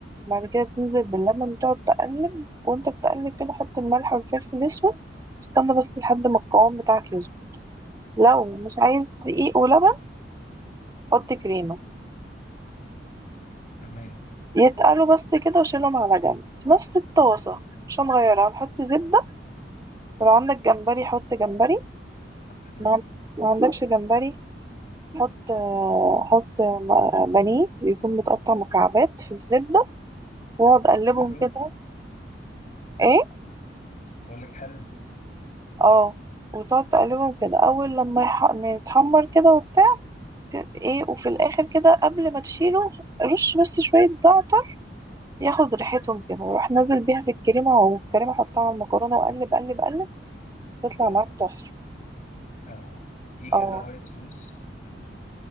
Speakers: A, on the right; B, on the left.
A: بعد كده تنزل باللبن وتقعد تقلب وانت بتقلب كده حط الملح والفلفل الاسود استنى بس لحد ما القوام بتاعك يظبط لو مش عايز دقيق ولبن حط كريمة
B: تمام
A: يتقلوا بس كده وشيلهم على جنب في نفس الطاسة مش هنغيرها هنحط زبدة ولو عندك جمبري حط جمبري
B: حلو
A: لو عن- ما عندكش جمبري حط آه، حط م- بانيه يكون متقطع مكعبات في الزبدة واقعد اقلبهم
B: حلو
A: كده ايه
B: بقول لك حلو
A: اه وتقعد تقلبهم كده اول لما يح- ما يتحمر كده وبتاع ت- ايه وفي الاخر كده قبل ما تشيله رش بس شوية زعتر ياخد ريحتهم كده وروح نازل بيها في الكريمة والكريمة حطها على المكرونة وقلب قلب قلب تطلع
B: اوعى
A: معاك تحفة
B: اوعى في
A: اه
B: كده وايت سوس ال-